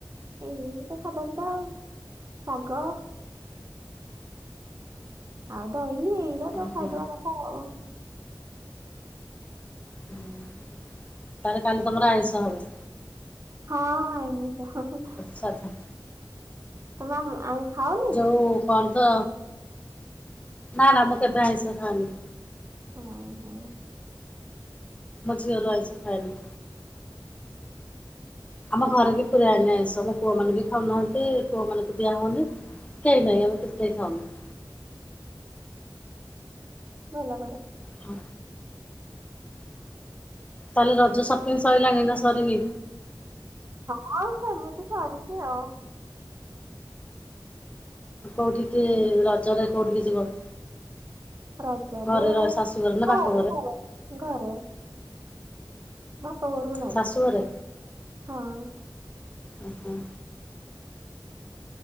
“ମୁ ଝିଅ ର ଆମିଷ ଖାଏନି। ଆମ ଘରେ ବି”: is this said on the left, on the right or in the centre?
Left